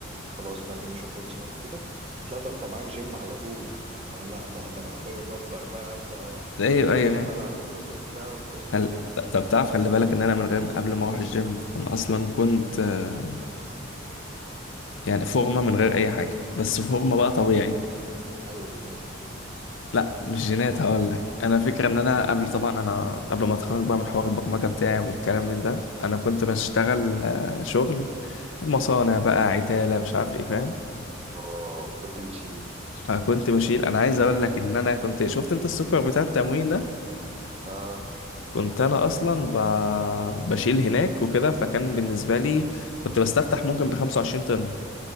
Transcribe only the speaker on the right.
خلاص بقى في نشاط في جسمك وكده هتلاقي طالبه معاك جيم على طول ان هو لا بقى ده انا محتاج اكبر بقى ابدا
اطلع
بقى العضلات وبتاع والكلام
ده
اه
ايوه جينات جينات بس
اه كنت بتشيل
اه